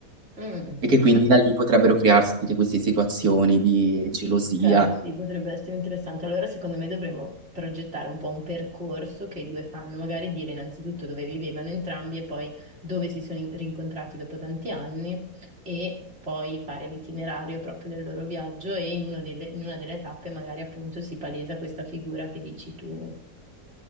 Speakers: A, on the right; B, on the right.
A: Mm.
B: E che quindi da lì potrebbero crearsi tutte queste situazioni di gelosia.
A: Ok, sì, potrebbe essere interessante. Allora, secondo me dovremmo progettare un po' un percorso che i due fanno, magari dire innanzitutto dove vivevano entrambi e poi dove si sono in- rincontrati dopo tanti anni e poi fare l'itinerario proprio del loro viaggio e in, uno delle- in una delle tappe magari appunto si palesa questa figura che dici tu,